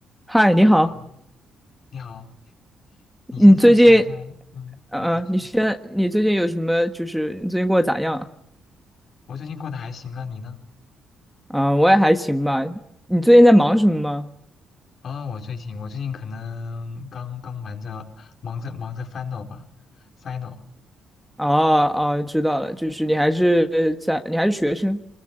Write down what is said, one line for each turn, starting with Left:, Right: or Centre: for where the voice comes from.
Centre: 嗨，你好，
Left: 你好，你好，你现在是还在？
Centre: 你最近，
Left: 嗯，
Centre: 嗯、
Left: 你你说，
Centre: 呃，嗯你现你最近有什么？就是你最近过得咋样啊？
Left: 我最近过得还行啊，你呢？
Centre: 啊、我也还行吧。你最近在忙什么吗？
Left: 啊、我最近我最近可能刚刚忙着忙着忙着 final 吧，final
Centre: 哦哦，知道了，就是你还是在，你还是学生。